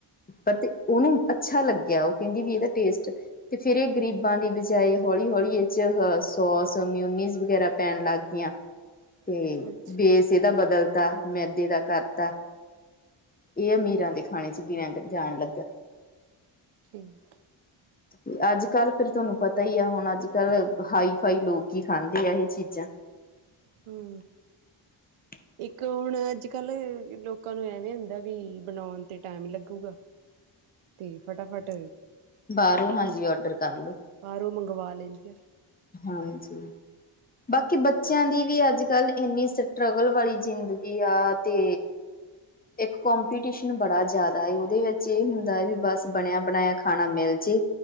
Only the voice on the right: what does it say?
ਹੈ ਅੱਛਾ
ਠੀਕ।
ਹੂੰ।
ਇੱਕ ਹੁਣ ਅੱਜ-ਕੱਲ ਲੋਕਾਂ ਨੂੰ ਐਵੇਂ ਹੁੰਦਾ ਵੀ ਬਣੌਣ ਤੇ ਟਾਈਮ ਲੱਗੂਗਾ। ਤੇ ਫਟਾਫਟ
ਬਾਰੋਂ ਮੰਗਵਾ ਲੈਂਦੇ ਆ।